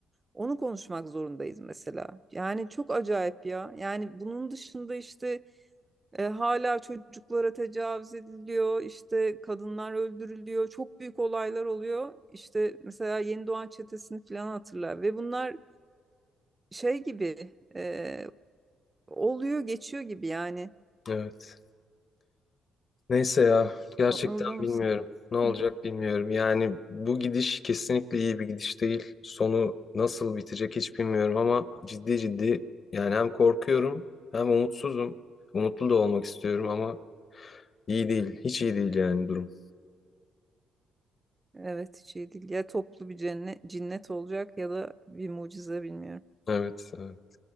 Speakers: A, on the right; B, on the left.
A: Onu konuşmak zorundayız mesela. Yani çok acayip ya. Yani bunun dışında işte e, hala çocuklara tecavüz ediliyor, işte kadınlar öldürülüyor, çok büyük olaylar oluyor. İşte mesela Yeni Doğan Çetesi'ni falan hatırlar ve bunlar şey gibi e, oluyor, geçiyor gibi yani.
B: Evet. Neyse ya gerçekten
A: O- Orada mısın?
B: bilmiyorum. Ne olacak
A: Hı.
B: bilmiyorum. Yani bu gidiş kesinlikle iyi bir gidiş değil. Sonu nasıl bitecek hiç bilmiyorum ama ciddi ciddi yani hem korkuyorum hem umutsuzum. Umutlu da olmak istiyorum ama İyi değil. Hiç iyi değil yani durum.
A: Evet, hiç iyi değil. Ya toplu bir cennet, cinnet olacak ya da bir mucize bilmiyorum.
B: Evet, evet.